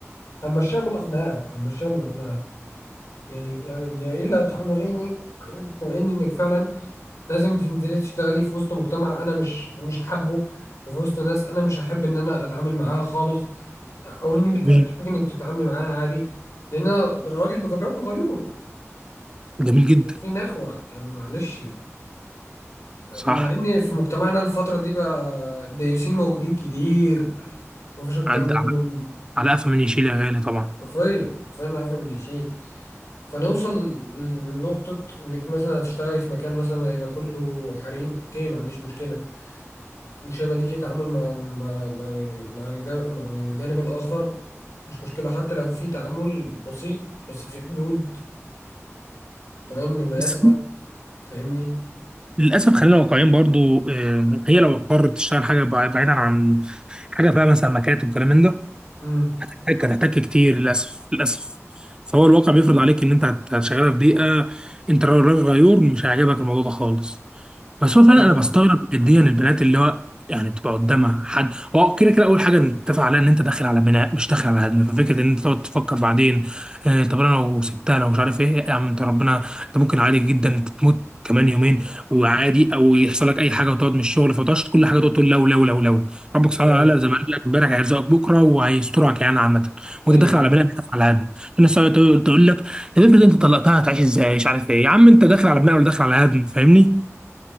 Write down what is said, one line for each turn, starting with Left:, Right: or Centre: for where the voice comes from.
Left: همشيها بالاقناع همشيها بالاقناع يعني يعني يا الا تقنعيني <clears throat> تقنعيني انك فعلا لازم تنزلي تشتغلي في وسط مجتمع انا مش مش حابه وفي وسط ناس انا مش هحب ان انا اتعامل معاها خالص او اني
Right: جميل
Left: اشوفك انك تتعاملي معاها عادي لان أنا الراجل بطبيعته غيور
Right: جميل جدا
Left: في نخوة يعني معلش مع
Right: صح
Left: ان في مجتمعنا الفترة دي بقى الديوسين موجودين كتير مفيش اكتر
Right: عد
Left: منهم
Right: على على قفا من يشيل يا غالي طبعا
Left: حرفيا فانا عارفة من يشيل فنوصل لنقطة انك مثلا هتشتغلي في مكان مثلا هيبقى كله حريم اوكي ما عنديش مشكلة مش هيبقى ليكي تعامل مع مع مع مع الجا- مع الجانب الآخر مش مشكلة حتى لو في تعامل بسيط بس في حدود تمام بما
Right: بس
Left: يسمح فاهمني
Right: للاسف خلينا واقعيين برضه آه، هي لو اضطرت تشتغل حاجه بع- بعيدا عن حاجه بقى مثلا مكاتب وكلام من ده
Left: امم
Right: هتحتاج هتحتاج كتير للاسف للاسف فهو الواقع بيفرض عليك ان انت هت- هتشغلها في بيئه انت راجل غيور مش هيعجبك الموضوع ده خالص بس هو فعلا
Left: انا
Right: انا بستغرب جديا البنات اللي هو يعني بتبقى قدامها حد هو كده كده اول حاجه نتفق عليها ان انت داخل على بناء مش داخل على هدم ففكره ان انت تقعد تفكر بعدين آه طب انا لو سبتها لو مش عارف ايه يا عم انت ربنا انت ممكن عادي جدا تموت كمان يومين وعادي او يحصل لك اي حاجه وتقعد من الشغل فتقعدش كل حاجه تقعد تقول لو لو لو لو ربك سبحانه
Left: تمام
Right: وتعالى زي ما قال لك امبارح هيرزقك بكره وهيسترك يعني عامه وانت
Left: ايوه
Right: داخل
Left: ايوه
Right: على بناء مش داخل على هدم الناس تقعد تقول لك طب افرض انت طلقتها هتعيش ازاي مش عارف ايه يا عم انت داخل على بناء ولا داخل على هدم فاهمني